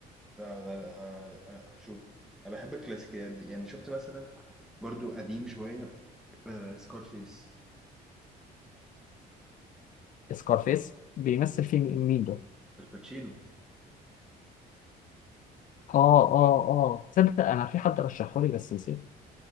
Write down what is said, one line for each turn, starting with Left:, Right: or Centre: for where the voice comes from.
Centre: لا غير آه، هشوف انا بحب الكلاسيكيات دي يعني شفت مثلا برضو قديم شويه آه سكارفيس
Left: سكارفيس بيمثل فيه مين ده؟
Centre: الباتشينو
Left: اه اه اه تصدق انا في حد رشحه لي بس نسيت